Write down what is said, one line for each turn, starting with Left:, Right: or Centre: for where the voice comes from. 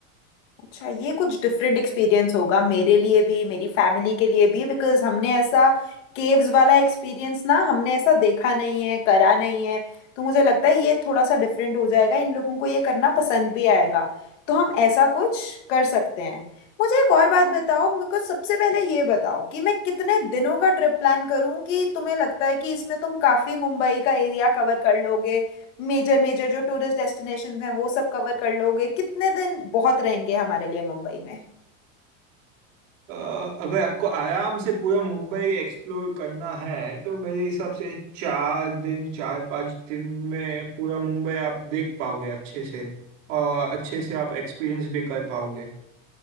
Left: अच्छा ये कुछ डिफरेंट एक्सपीरियंस होगा मेरे लिए भी मेरी फैमिली के लिए भी बिकॉज हमने ऐसा केव्स वाला एक्सपीरियंस ना हमने ऐसा देखा नहीं है करा नहीं है तो मुझे लगता है ये थोड़ा सा डिफरेंट हो जाएगा इन लोगों को ये करना पसंद भी आएगा तो हम ऐसा कुछ कर सकते हैं मुझे एक और बात बताओ मेरे को सबसे पहले ये बताओ कि मैं कितने दिनों का ट्रिप प्लान करूं कि तुम्हें लगता है कि इसमें तुम काफ़ी मुंबई का एरिया कवर कर लोगे मेजर मेजर जो टूरिस्ट डेस्टिनेशंस हैं वो सब कवर कर लोगे कितने दिन बहुत रहेंगे हमारे लिए मुंबई में
Right: अ, अगर आपको आराम से पूरा मुंबई एक्सप्लोर करना है तो मेरे हिसाब से चार दिन चार पांच दिन में पूरा मुंबई आप देख पाओगे अच्छे से और अच्छे से आप एक्सपीरियंस भी कर पाओगे